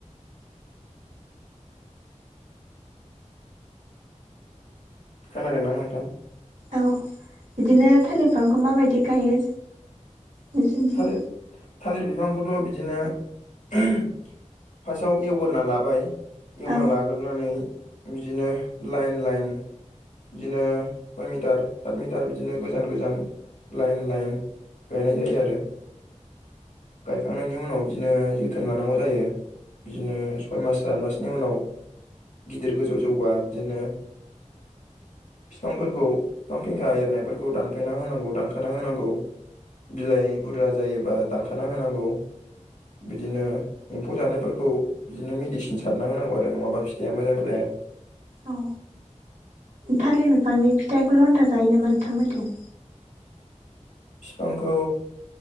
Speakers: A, on the left; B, on the right.
A: खोनादोंना नोंथां?
B: औ बिदिनो थालिरफांखौ माबायदि गायो? नोंसोरनिथिं
A: थालिर थालिर बिफां बे खौथ' बिदिनो ओह फार्स्टआव एवग्रोना लाबाय एवना
B: औ
A: लाग्रोनानै बिदिनो लाइन लाइन बिदिनो सय मिटार सात मिटार बिदिनो गोजान गोजान लाइन लाइन गायनाय जायो आरो गायखांनायनि उनाव बिदिनो जोथोन लानांगौ जायो। बिदिनो सय मास आत मासनि उनाव गिदिर गोजौ जौबा बिदिनो बिफांफोरखौ बिफां फेंखा एरनायफोरखौ दानफायना होनांगौ दानखाना होनांगौ। बिलाइ बुरजा जायोबा दानखाना होनांगौ‌। बिदिनो एम्फौ जानायफोरखौ बिदिनो मेडिसिन सारना होनांगौ आरो नङाबा फिथाइया मोजां जाया।
B: औ थालिर बिफांनि फिथाइखौल' आन्था जायो नामा नोंथांमोनथिं?
A: बिफांखौ